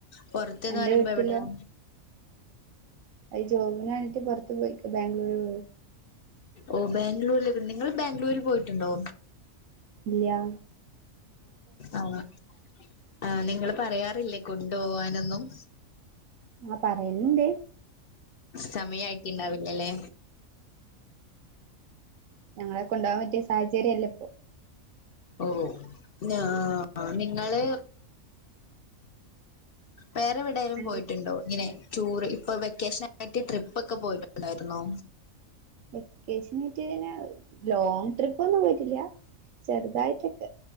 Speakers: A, on the left; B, on the right.
A: പൊറത്ത്ന്ന്
B: അന്റെ
A: പറിബ
B: വീട്ടിലോ?
A: എവടെയാ
B: അയ് ജോബിന് വേണ്ടിട്ട് പോറത്ത് പോയ്ക്കാ ബാംഗ്ലൂരു
A: ഓ ബാംഗ്ലൂരിലൊക്ക നിങ്ങള് ബാംഗ്ലൂര് പോയിട്ട് ണ്ടോ
B: ഇല്ല്യാ
A: ആഹ് ആഹ് നിങ്ങള് പറയാറില്ലേ കൊണ്ട് പോവാനൊന്നും
B: ആഹ് പറയല്ണ്ട്
A: സമയായിട്ട് ഇണ്ടാവില്ലാ ല്ലേ
B: ഞങ്ങളേ കൊണ്ടൊവാ പറ്റേ സാഹചര്യ അല്ലാ ഇപ്പോ
A: ഓ ആഹ് നിങ്ങള് വേറെ എവിടെലും
B: അന്റെ
A: പോയിട്ട് ഇണ്ടോ ഇങ്ങനെ ടൂറ് ഇപ്പൊ വെക്കേഷന് ആയിട്ട് ട്രിപ്പ് ഒക്കെ പോയിട്ട് ഇണ്ടായിര്ന്നോ
B: വെക്കേഷന് ആയിട്ട് ങ്ങനെ ലോങ് ട്രിപ്പോന്നും പോയിട്ടില്ല ചെറുതായിട്ടൊക്കെ